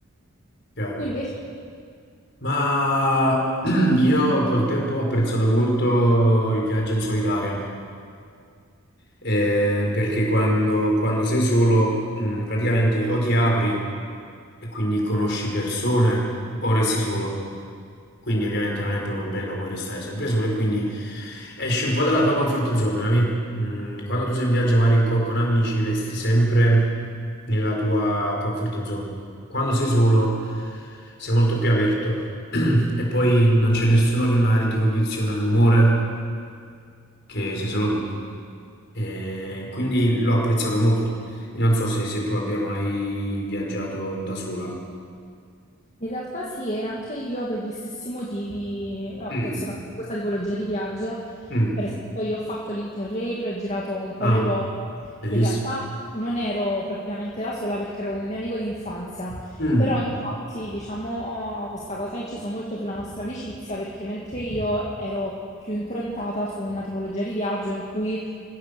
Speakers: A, on the left (about 50°); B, on the left (about 30°).
A: chiaro.
B: Tu invece?
A: Ma <clears throat> io col tempo ho apprezzato molto il viaggio in solitaria, eh, perché quando, quando sei solo, mm, praticamente o ti apri e quindi conosci persone o resti solo. Quindi ovviamente non è proprio bello poi restare sempre solo e quindi esci un po' dalla tua comfort zone, capi? Mm, quando tu sei in viaggio magari co- con, amici resti sempre nella tua comfort zone. Quando sei solo sei molto più aperto <clears throat> e poi non c'è nessuno che magari ti condiziona l'umore che sei solo tu. E quindi l'ho apprezzato molto. Io non so se, se tu abbia mai viaggiato da sola.
B: In realtà sì, e anche io per gli stessi motivi apprezzo
A: Mm,
B: tanto questa tipologia di viaggio.
A: mm.
B: Per esempio, io ho fatto l'Interrail, ho girato un po'
A: Ah,
B: l'Europa.
A: bellissimo.
B: In realtà non ero propriamente la sola perché ero con un mio amico di infanzia.
A: Mm,
B: Però infatti, diciamo, questa cosa ha inciso molto sulla nostra amicizia perché mentre io ero più improntata su una tipologia di viaggio in cui